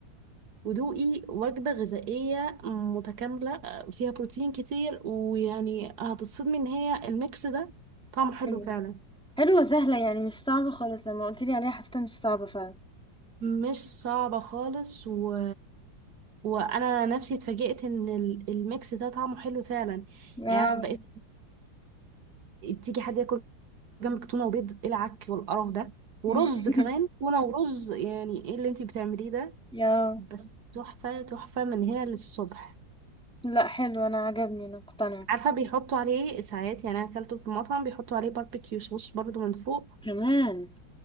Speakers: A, on the right; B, in the centre.
A: ودوقي وجبة غذائية متكاملة فيها بروتين كتير ويعني هتتصدمي ان هي الميكس ده طعمه حلو
B: حلو
A: فعلا
B: حلوة سهلة يعني مش صعبة خالص لما قلت لي عليها حسيتها مش صعبة فعلا
A: مش صعبة خالص و... وأنا نفسي اتفاجئت إن ال- الميكس ده طعمه حلو فعلا
B: اه
A: يعني أنا بقيت تيجي حد ياكل جنبك تونة وبيض إيه العك والقرف ده ورز
B: <laughs>
A: كمان تونة ورز يعني إيه اللي أنتي بتعمليه ده
B: يا
A: بس تحفة تحفة من هنا للصبح
B: لا حلو انا عجبني انا مقتنعة
A: عارفة بيحطوا عليه ساعات يعني أنا أكلته في مطعم بيحطوا عليه باربيكيو صوص برضو من فوق
B: كمان